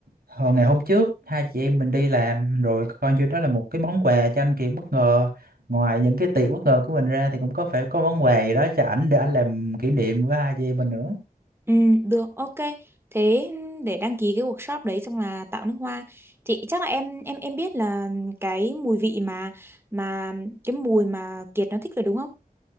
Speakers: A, on the right (about 85°); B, on the right (about 15°).
A: hồi ngày hôm trước hai chị em mình đi làm rồi coi như đó là một cái món quà cho anh Kiệt bất ngờ ngoài những cái tiệc bất ngờ của mình ra thì cũng có phải có món quà gì đó cho ảnh để ảnh làm kỷ niệm với hai chị em mình nữa
B: Ừ, được, ok. Thế để đăng ký cái workshop đấy xong là tạo nước hoa thì chắc là em em em biết là cái mùi vị mà mà cái mùi mà Kiệt nó thích rồi đúng không?